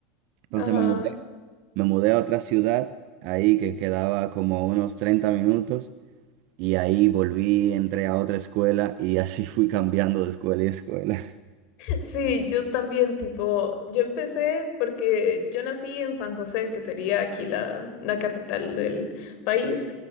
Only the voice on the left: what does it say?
Ajá.
Sí, yo también, tipo, yo empecé porque yo nací en San José, que sería aquí la, la capital del país.